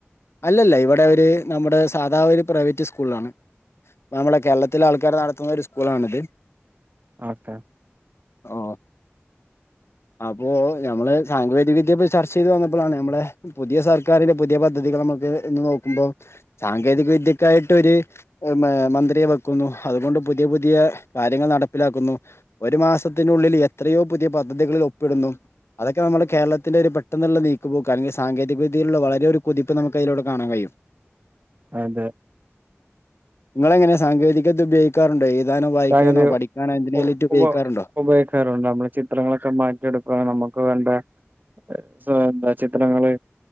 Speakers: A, on the left; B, on the right.
A: അല്ലല്ല ഇവിടെ ഒര് നമ്മുടെ സാദാ ഒരു പ്രൈവറ്റ് സ്കൂളാണ്. നമ്മളെ കേരളത്തിലെ ആൾക്കാർ നടത്തുന്ന ഒരു സ്കൂളാണിത്.
B: ഓക്കെ
A: ഓ അപ്പോ നമ്മള് സാങ്കേതിക വിദ്യെ പോ ചർച്ച ചെയ്ത് വന്നപ്പോഴാണ് നമ്മളെ പുതിയ സർക്കാരിന്റെ പുതിയ പദ്ധതികൾ നമുക്ക് ഇന്ന് നോക്കുമ്പോൾ സാങ്കേതിക വിദ്യക്കായിട്ട് ഒരു മന്ത്രിയെ വെക്കുന്നുഅതുകൊണ്ട് പുതിയ പുതിയ കാര്യങ്ങൾ നട പ്പിലാക്കുന്നു ഒരു മാസത്തിനുള്ളിൽ എത്രയോ പുതിയ പദ്ധതികളിൽ ഒപ്പിടുന്നു. അതൊക്കെ നമ്മുടെ കേരളത്തിലൊരു പെട്ടെന്നുള്ള നീക്കുപോക്ക് അങ്കിൽ സാങ്കേതിക വിദ്യയിലുള്ള വളരെ ഒരു കൊതിപ്പ് നമക്ക് അയ് ലൂടെ കാണൻ കഴിയും.
B: അതെ
A: ഇങ്ങള് എങ്ങനെ സാങ്കേതികത ഉപയോഗിക്കാറുണ്ടോ എഴുതാനോ വായിക്കാനോ
B: താങ്കള്
A: പഠി ൻ എന്തിനേലുറ്റു
B: ഉ
A: ഉപയോഗിക്കാറു
B: ഉപ
A: ണ്ടോ?
B: ഉപയോഗിക്കാറുണ്ട് നമ്മള് ചിത്രങ്ങളൊക്കെ മാറ്റിയെടുക്കുവാനും നമുക്ക് വേണ്ട <unintelligible> ചിത്രങ്ങള്